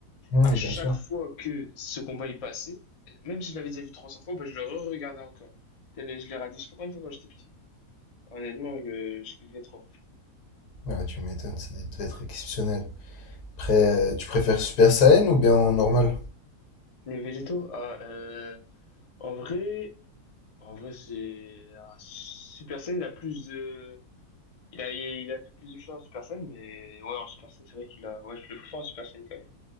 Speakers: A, on the left; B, on the left.
A: Hmm,
B: à chaque
A: bien sûr.
B: fois que ce combat est passé, même si je l'avais déjà vu 300 fois, bah, je le re-regardais encore. Tel- Je l'ai regardé, je sais pas combien de fois quand j'étais petit. Honnêtement, je, le, je kiffais trop.
A: Ouais, tu m'étonnes, ça devait être exceptionnel. Après, euh, tu préfères Super Saiyan ou bien en normal?
B: Les végétaux, ah, euh, en vrai, en vrai, c'est. ah, Super Saiyan, il a plus de. Il a, il a fait plus de choses en Super Saiyan, mais ouais, en Super Saiyan, c'est vrai qu'il a. Ouais, je le préfère en Super Saiyan quand même.